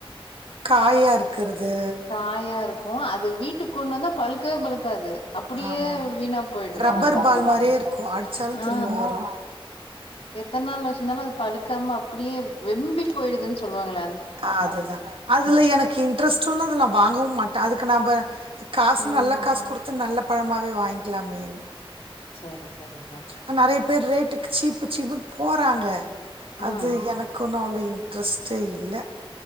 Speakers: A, on the right; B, on the left.
A: காயா இருக்கறது
B: காயா இருக்கு அது வீட்டுக் கொண்டு வந்தா பழுக்கவே பழுக்காது அப்பிடியே
A: ஆமா ஆமா
B: வீணா போயிடுது
A: ரப்பர்
B: அந்த மாதிரி
A: பால் மாரியே
B: பழ
A: இருக்கு அடிச்சாலு
B: அ
A: திரும்ப வரு
B: எத்த நாள் வச்சிருந்தாலு அது அப்டியே வெம்பி போயிடுதுன் சொல்லுவாங்கள
A: ஆ அதுதா அதுல எனக்கு இன்ட்ரெஸ் ட்ருல்ல அதலா வாங்கவுமாட்ட அதுக்கு நம்ப காசு
B: ம்
A: நல்ல காசு குடுத்து நல்ல பழமாவே வாங்கிலாமேன்னு
B: சேரி சேரிங்க
A: அ நெறைய பேர் ரேட்டுக்கு சீப்பு சீப்புனு போறாங்க அது
B: ம்
A: எனக் க்குன் அவ்ளோ இன்ட்ரெஸ்ட்டே இல்ல